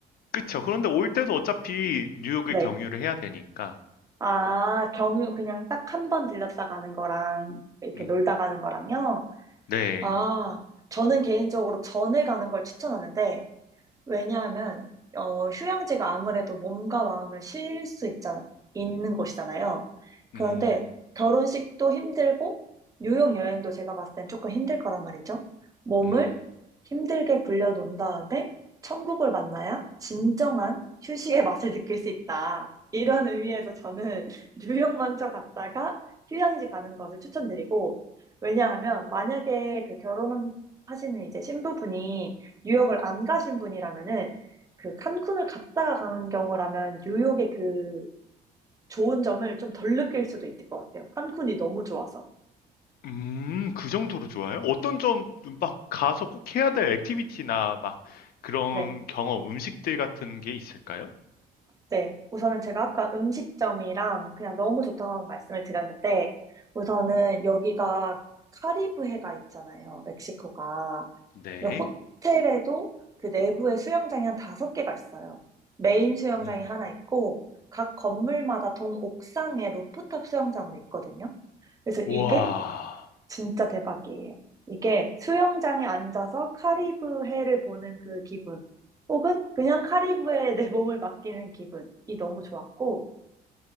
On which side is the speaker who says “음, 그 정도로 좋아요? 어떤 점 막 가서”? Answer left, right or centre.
Left